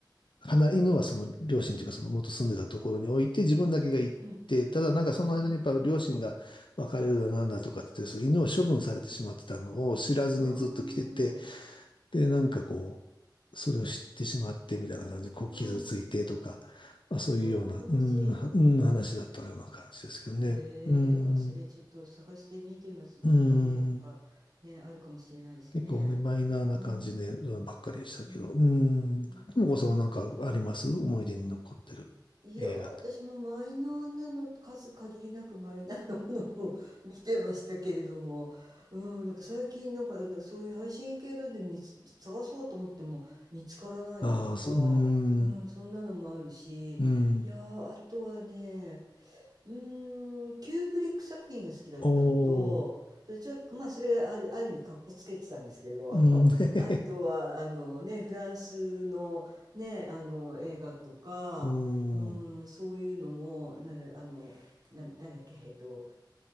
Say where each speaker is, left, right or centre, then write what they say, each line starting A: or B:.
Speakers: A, on the left; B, on the right.
A: う、離犬はその両親というか、その元住んでたところに置いて、自分だけが行って、
B: うん
A: ただなんかその間にやっぱ両親が別れるだなんだとかってその犬を処分されてしまってたのを知らずにずっと来てて、
B: うんうあー
A: で、なんかこう、それを知ってしまってみたいな感じで、こう傷ついてとか、
B: うん
A: まあ、そういうような、
B: あー悲しい。
A: うん、うん、話だったような感じですけどね。
B: へえ、
A: うん、
B: あ、それちょっと探して見てみます。どっかね、
A: うん。
B: なんかね、あるかもしれないですね。
A: 結構ね、マイナーな感じで、
B: うん
A: うんばっかりでしたけど。
B: うん
A: うーん。
B: へえ。
A: ともこさんはなんかあります思い出に残ってる映画って。
B: いやー、私もマイナーなの、数限りなくマイナーなものを <laughs> 見てましたけれども、うん、なんか最近なんかあのそういう配信系ので見つ、探そうと思っても見つからないのとか、
A: ああ、そう、うーん。
B: うん、そんなのもあるし、
A: うん。
B: いやー、あとはね、うーん、キューブリック作品が好きだったのと、
A: おー。
B: それちょっと、まあ、それある、ある意味かっこつけてたんですけど、
A: うん。
B: <laughs>
A: へへへ。
B: あとは、あのね、フランスのね、あの映画とか、
A: うーん。
B: うーん、そういうのも、なるあの、な、誰だっけ、えっと、